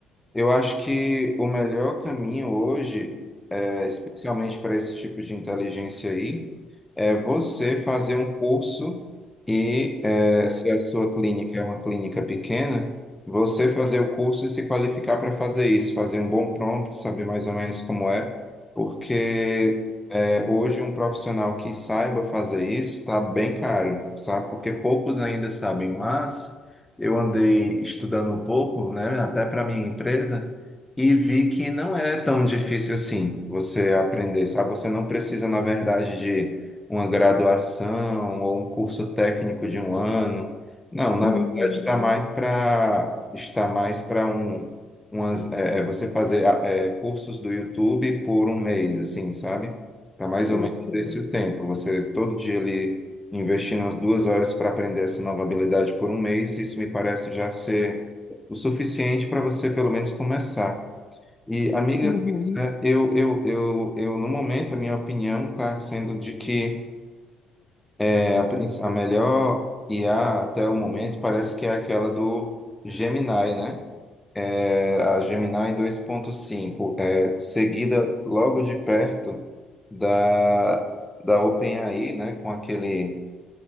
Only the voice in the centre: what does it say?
eu acho que o melhor caminho hoje é, especialmente para esse tipo de inteligência aí, é você fazer um curso e, é, se a sua clínica é uma clínica pequena, você fazer o curso e se qualificar para fazer isso, fazer um bom prompt, saber mais ou menos como é, porque é, hoje um profissional que saiba fazer isso está bem caro, sabe? Porque poucos ainda sabem, mas eu andei estudando um pouco, né, até para minha empresa. E vi que não é tão difícil assim você aprender, sabe? Você não precisa, na verdade, de uma graduação ou um curso técnico de um ano. Não, na
verdade, está mais para está mais para um umas, é, é, você fazer ah, é, cursos do YouTube por um mês, assim, sabe? Tá mais ou
menos
desse o tempo. Você todo dia ali investindo umas duas horas para aprender essa nova habilidade por um mês, isso me parece já ser o suficiente para você pelo menos começar. E, amiga,
pois é, eu, eu, eu, eu, no momento, a minha opinião está sendo de que é, a, princ- a melhor IA até o momento parece que é aquela do Gemini, né? É, a Gemini dois ponto cinco é, seguida logo de perto da, da OpenAI, né? Com aquele